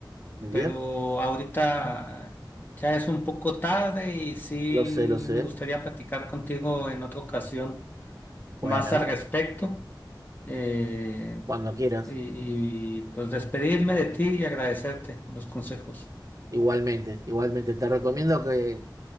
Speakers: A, on the right; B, on the left.
A: Muy
B: pero
A: bien,
B: ahorita ya es un poco tarde y sí
A: lo sé, lo sé.
B: me gustaría platicar contigo en otra ocasión
A: Bueno,
B: más al respecto. eh,
A: cuando quieras.
B: y, y, pues despedirme de ti y agradecerte los consejos.
A: Igualmente, igualmente. Te recomiendo que,